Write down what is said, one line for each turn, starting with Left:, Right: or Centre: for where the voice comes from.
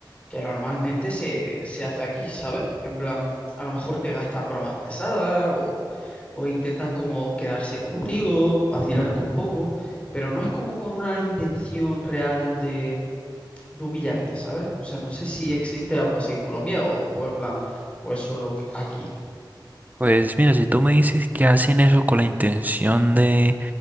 Left: que normalmente se, se hace aquí, ¿sabes? En plan, a lo mejor te gastan bromas pesadas o, o intentan como quedarse contigo, vacilarte un poco, pero no es como con una intención real de, de humillarte, ¿sabes? O sea, no sé si existe algo así en Colombia o, o en plan, o es solo aquí.
Right: Pues mira, si tú me dices que hacen eso con la intención de